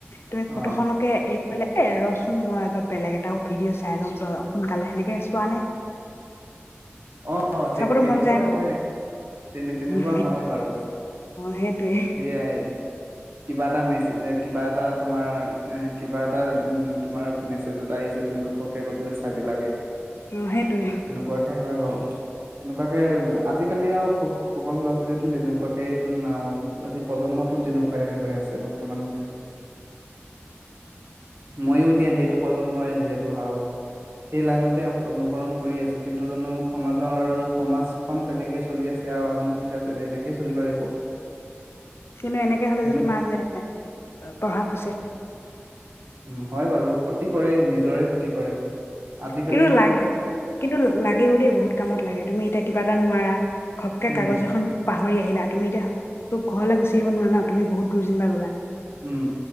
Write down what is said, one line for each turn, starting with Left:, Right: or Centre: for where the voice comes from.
Left: তুমি
Right: অ
Left: ফটো খনকে এ, বোলে, এ ৰচোন মই অলপ বেলেগ এটা ভিডিঅ' চাই লওঁ সোনকালে হেনেকে চোৱা নে?
Right: অ!
Left: চাবতো
Right: তে তেনেকুৱা
Left: মন যায়
Right: হয়। তেনে তেনেকুৱা
Left: অ,
Right: হয় বাৰু
Left: সেইটোৱে।
Right: সেয়াই কিবা এটা মেছেজ কিবা এটা তোমাৰ, এ কিবা এটা উ তোমাৰ মেছেজ এটা আহিছে তুমি ঘপককে গৈ পেলাই চাই দিলাগে।
Left: অ', সেইটোৱে।
Right: তেনেকুৱাকে হয় বাৰু, তেনেকুৱাকে! আজিকালি আৰু, সকলো ল'ৰা ছোৱালীয়ে তেনেকুৱাকেটো নাও আজি প্ৰজন্মটো তেনেকুৱাই হৈ আছে বৰ্তমানলৈ, ময়ো এতিয়া সেইটো প্ৰজন্মই যিহেতু আও সেই লাইনতে অনুসৰণ কৰি আছোঁ কিন্তু জানো, সমাজৰ সমাজখন তেনেকেই চলি আছে আৰু, আমিও তেতিয়া তে তেনেকেই চলিব লাগিব।
Left: কিন্তু এনেকে হলে
Right: হেনো
Left: যে, তোমাৰ যে প্ৰভাৱ হৈছে।
Right: উ! হয় বাৰু ক্ষতি কৰে, নিজৰে ক্ষতি কৰে। আজিকালি
Left: কিন্তু লাগে কিন্তু লাগেও দেই বহুত কামত লাগে, তুমি এতিয়া কিবা এটা নোৱাৰা। <inaudible> ঘপকে
Right: উম
Left: কাগজ এখন, পা পাহৰি আহিলা, তুমি এতিয়া তো ঘৰলৈ গুচি আহিব নোৱাৰা ন! তুমি বহুত দূৰ যেনিব গ'লা,
Right: উম